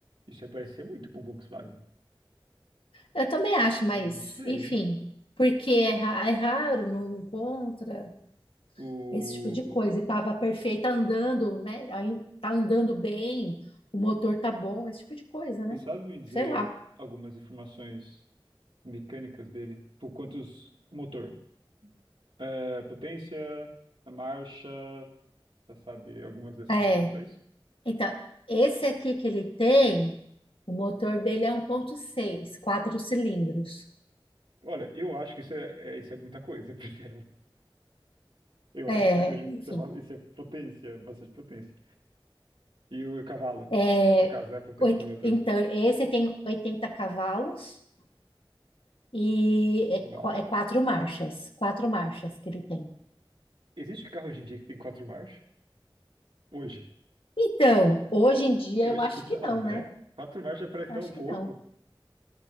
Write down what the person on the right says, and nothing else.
Isso ia parecer muito com Volkswagen.
Eu não sei.
O...
Você sabe me dizer
algumas informações mecânicas dele? Por quantos... O motor. É, potência, a marcha... Você sabe algumas dessas
informações?
Olha, eu acho que isso é, é- isso é muita coisa <laughs> pra essa Eu
acho, eu acredito
que você fala- isso é potência, bastante potência. E o cavalo,
no caso, né? A potência
do motor.
Uau.
Existe carro hoje em dia que tem quatro marchas? Hoje?
Eu
acho
que não,
né?
Quatro marchas parece
tão
pouco.